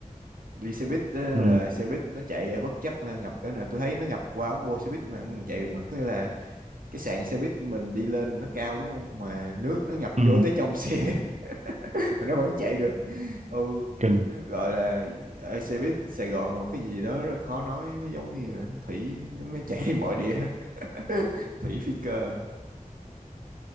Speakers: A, on the right; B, on the right.
A: đi xe buýt á,
B: ừ.
A: là xe buýt nó chạy bất chấp à, ngập cỡ nào tôi thấy nó ngập qua ống bô xe buýt mà nó còn chạy được mà có nghĩa là cái sàn xe buýt mình đi lên nó cao đúng không mà nước nó ngập
B: Ừ.
A: vô tới trong xe <laughs> mà nó vẫn chạy được ừ
B: kinh
A: nó gọi là ờ, xe buýt Sài Gòn là một cái gì đó rất khó nói nó giống như là thủy nó chảy mọi địa <laughs> thủy phi cơ